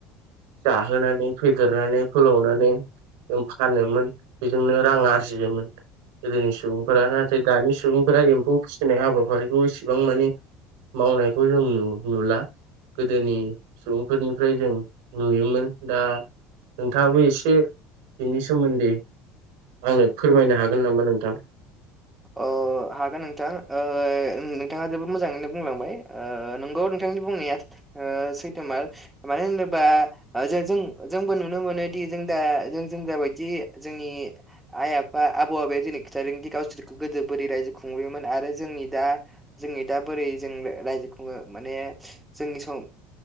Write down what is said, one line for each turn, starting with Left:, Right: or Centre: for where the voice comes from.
Right: जाहोनानै फेदेरनानै फोलावनानै जों फानोमोन बेजोंनो रां आरजियोमोन। गोदोनि सुबुंफोरा
Centre: ओ
Right: नाथाय दानि सुबुंफोरा एम्फौ फिसिनाय हाबाफारिखौ इसेबां माने मावनायखौ जों नु नुला। गोदोनि सुबुंफोरनिफ्राय जों नुयोमोन दा नोंथाङाबो एसे बेनि सोमोन्दै आंनो फोरमायनो हागोन नामा नोंथां?
Centre: अ हागोन नोंथां। ओ ओं नोंथाङा जोबोद मोजाङैनो बुंलांबाय। नंगौ नोंथांनि बुंनाया सैथोमार मानो होनोबा जे जों जोंबो नुनो मोनोदि जों दा जों जों जाबायदि जोंनि आइ आफा आबौ आबौया दि खिथादोंदि गावसोरखौ गोदो बोरै रायजो खुंबोयोमोन आरो जोंनि दा जोंनि दा बोरै जों रायजो खुङो माने जोंनि सम